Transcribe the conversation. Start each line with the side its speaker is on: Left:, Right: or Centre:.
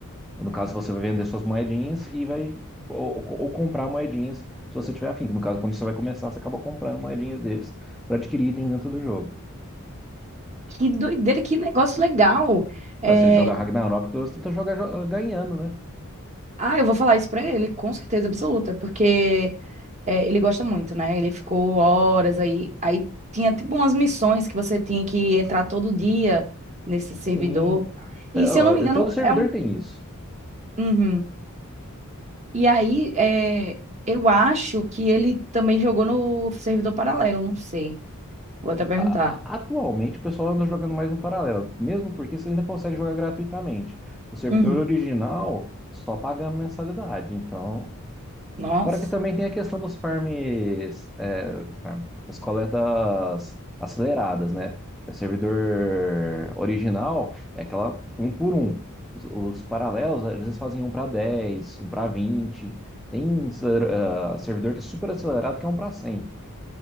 Centre: No caso, você vai vender suas moedinhas e vai. Ou, ou comprar moedinhas se você tiver afim. no caso, quando você vai começar, você acaba comprando moedinhas deles para adquirir itens dentro do jogo.
Right: Que doideira, que negócio legal. É,
Centre: Mas se ele joga Ragnarok, pelo menos tenta jogar jo- ganhando, né?
Right: Ah, eu vou falar isso pra ele, com certeza absoluta, porque É, ele gosta muito, né? Ele ficou horas aí. Aí tinha tipo umas missões que você tinha que entrar todo dia nesse servidor.
Centre: Sim.
Right: E
Centre: É, ó,
Right: se eu não me engano,
Centre: Todo servidor
Right: é um.
Centre: tem isso.
Right: Uhum. E aí, é, eu acho que ele também jogou no servidor paralelo, não sei. Vou até perguntar.
Centre: A- a- Atualmente o pessoal anda jogando mais no paralelo, mesmo porque você ainda consegue jogar gratuitamente. O servidor
Right: Uhum.
Centre: original só pagando mensalidade. Então,
Right: Nossa,
Centre: Fora que também tem a questão dos farms, é, dos farm- das coletas aceleradas, né? O servidor original é aquela um por um. Os, os paralelos, às vezes fazem um para 10, um para 20. Tem aceler- ah, servidor que é super acelerado, que é um para 100.